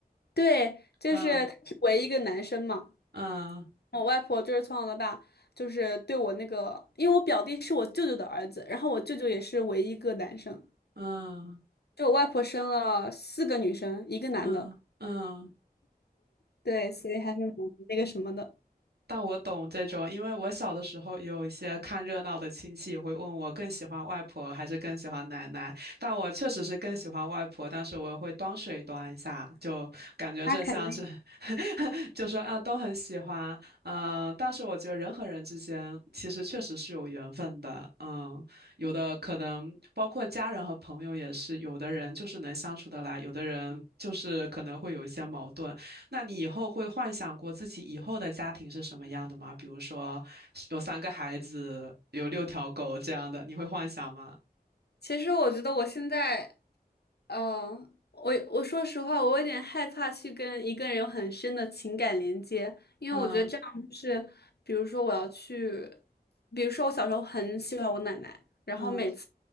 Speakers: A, on the left (about 90°); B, on the right (about 85°).
A: 对，就是他是唯一一个男生嘛。
B: 嗯嗯
A: 我外婆就是从小到大就是对我那个，因为我表弟是我舅舅的儿子，然后我舅舅也是唯一一个男生，
B: 嗯
A: 就我外婆生了四个女生，一个男的，
B: 嗯嗯嗯
A: 对，所以还是蛮那个什么的。
B: 但我懂这种，因为我小的时候有一些看热闹的亲戚也会问我更喜欢外婆还是更喜欢奶奶，但我确实是更喜欢外婆，但是我会端水端一下，就感觉这像是
A: 那肯定。
B: <laughs> 就说啊都很喜欢，嗯，但是我觉得人和人之间其实确实是有缘分的，嗯，有的可能包括家人和朋友也是，有的人就是能相处得来，有的人就是可能会有一些矛盾。那你以后会幻想过自己以后的家庭是什么样的吗？比如说有三个孩子，有六条狗这样的，你会幻想吗？
A: 其实我觉得我现在嗯，我我说实话，我有点害怕去跟一个人有很深的情感连接，因为我觉得这样就是，
B: 嗯
A: 比如说我要去，比如说我小时候很喜欢我奶奶，然后每次，
B: 嗯